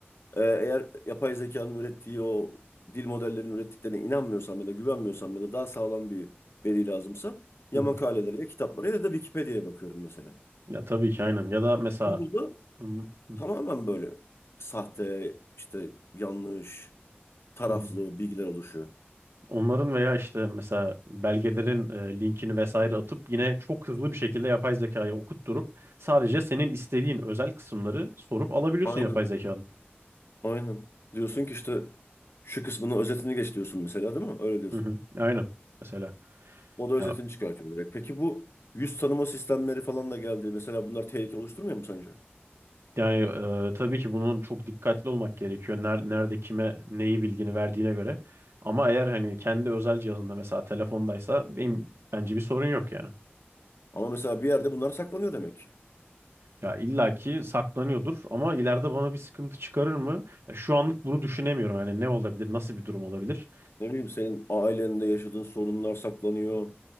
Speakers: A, on the left (about 75°); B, on the right (about 75°).
A: e, eğer yapay zekanın ürettiği o dil modellerinin ürettiklerine inanmıyorsam ya da güvenmiyorsam ya da daha sağlam bir veri lazımsa ya
B: Hı hı.
A: makalelere ya kitaplara ya da Wikipedia'ya bakıyorum mesela.
B: Ya tabii ki aynen. Ya da mesela
A: Google'da
B: hı hı,
A: tamamen böyle sahte işte yanlış taraflı
B: hı hı.
A: bilgiler oluşuyor.
B: Onların veya işte mesela belgelerin e, linkini vesaire atıp yine çok hızlı bir şekilde yapay zekaya okutturup sadece senin istediğin özel kısımları sorup alabiliyorsun
A: Aynen.
B: yapay zekanın.
A: Aynen. Diyorsun ki işte şu kısmını özetini geç diyorsun mesela değil mi? Öyle diyorsun.
B: Hı hı. Aynen. Mesela
A: O da özetini
B: ya
A: çıkartıyor direkt. Peki bu yüz tanıma sistemleri falan da geldi. Mesela bunlar tehlike oluşturmuyor mu sence?
B: yani e, tabii ki bunun çok dikkatli olmak gerekiyor. Ner- nerede kime neyi bilgini verdiğine göre. Ama eğer hani kendi özel cihazında mesela telefondaysa benim bence bir sorun yok yani.
A: Ama mesela bir yerde bunlar saklanıyor demek ki.
B: Ya illaki saklanıyordur ama ileride bana bir sıkıntı çıkarır mı? Ya Şu anlık bunu düşünemiyorum. Yani ne olabilir, nasıl bir durum olabilir?
A: Ne bileyim senin ailende yaşadığın sorunlar saklanıyor.